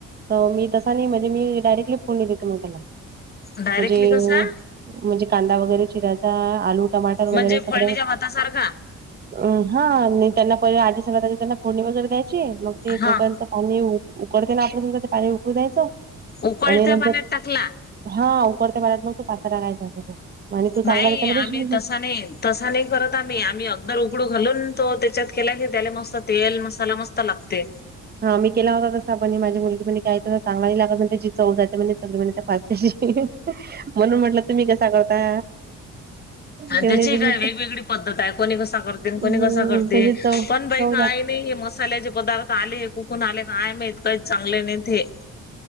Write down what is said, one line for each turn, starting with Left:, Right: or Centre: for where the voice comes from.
Right: तर मी तसा नाही म्हणजे मी डायरेक्टली फोडणी देते मग त्याला.
Left: डायरेक्टली
Right: म्हणजे
Left: कसा
Right: म्हणजे कांदा वगैरे चिरायचा, आलू टमाटर
Left: म्हणजे
Right: वगैरे सगळं
Left: फळणीच्या भातासारखा
Right: अ हा नाई त्यांना पहिले आधी सगळ्यात आधी त्यांना फोडणी वगैरे द्यायची मग ते
Left: हा
Right: तोपर्यंत पाणी उकडतेना आपण समजा ते पाणी उकडू द्यायचं
Left: उकळत्या
Right: आणि नंतर
Left: पाण्यात टाकला
Right: हा उकळत्या पाण्यात मग तो पास्ता टाकायचा त्याच्यात. आणि तो
Left: नाही
Right: चांगला त्याच्यामध्ये
Left: आम्ही
Right: शिजला
Left: तसा नाही तसा नाइ करत आम्ही, आम्ही अगदर उघडू घालून तो त्याच्यात केला की त्याले मस्त तेल मसाला मस्त लागते.
Right: हा मी केला होता तसा पण ही माझी मुलगी म्हणे काय तंस चांगला नाही लागत त्याची चव जाते म्हणे सगळी त्या पास म्हणून म्हटलं तुम्ही कसा करता? ते
Left: त्याची
Right: म्हणे
Left: काय
Right: च-
Left: वेगवेगळी पद्धत आहे कोणी कसा करते कोणी
Right: हम्म
Left: कसा करते
Right: त्याची चव चव
Left: पण बाई काय
Right: जाते
Left: हे मसाल्याचे पदार्थ आले कुकून आले काय माहीत काही चांगले नाहीत हे.